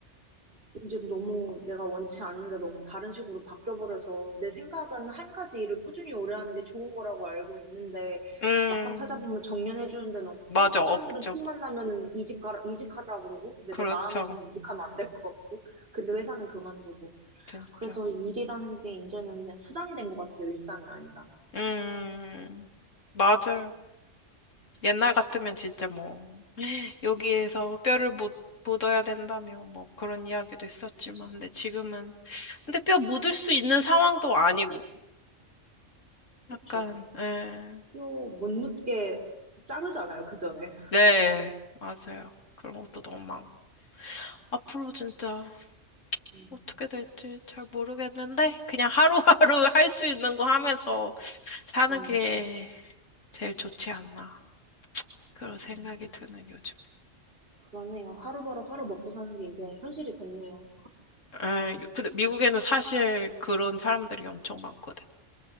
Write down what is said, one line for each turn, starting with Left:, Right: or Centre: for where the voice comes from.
Right: 이제 너무 내가 원치 않는데 너무 다른 식으로 바뀌어버려서 내 생각은 한 가지 일을 꾸준히 오래 하는 게 좋은 거라고 알고 있는데
Left: 음,
Right: 막상 찾아보면 정년해주는 데는 없고
Left: 맞아, 업적.
Right: 사람들은 틈만 나면은 이직가라, 이직하라 그러고 근데
Left: 그렇죠.
Right: 내 마음에서는 이직하면 안 될 것 같고 근데 회사는 그만두고
Left: 진짜.
Right: 그래서 일이라는 게 이제는 그냥 수단이 된 것 같아요. 일상이 아니라.
Left: 음, 맞아요. 옛날 같으면 진짜 뭐, 여기에서
Right: 음,
Left: 뼈를 묻, 묻어야 된다며, 뭐, 그런 이야기도 있었지만,
Right: 음.
Left: 근데 지금은, 근데 뼈 묻을 수 있는 상황도 아니고,
Right: 그쵸.
Left: 약간, 예.
Right: 뼈 못 묻게 자르잖아요. 그 전에.
Left: 네, 맞아요. 그런 것도 너무 많고. 앞으로 진짜
Right: 음,
Left: 어떻게 될지 잘 모르겠는데, 그냥 하루하루 <laughs> 할 수 있는 거 하면서 사는
Right: 음,
Left: 게 제일 좋지 않나. 그런 생각이
Right: 음.
Left: 드는 요즘.
Right: 그러네요. 하루바로 하루 먹고 사는 게 이제 현실이 됐네요.
Left: 에, 근데 미국에는 사실 그런 사람들이 엄청 많거든.